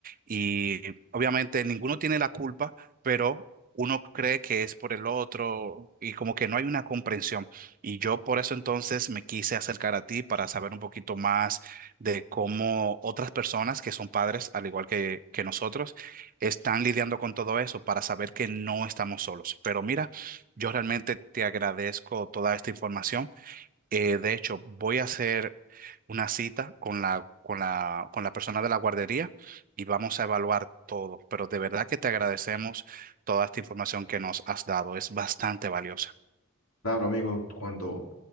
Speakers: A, on the right; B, on the left.
A: y obviamente ninguno tiene la culpa, pero uno cree que es por el otro y como que no hay una comprensión. Y yo por eso entonces me quise acercar a ti para saber un poquito más de cómo otras personas que son padres, al igual que, que nosotros, están lidiando con todo eso para saber que no estamos solos. Pero mira, yo realmente te agradezco toda esta información. Eh, de hecho, voy a hacer una cita con la, con la, con la persona de la guardería y vamos a evaluar todo. Pero de verdad que te agradecemos toda esta información que nos has dado. Es bastante valiosa.
B: Claro, amigo, cuando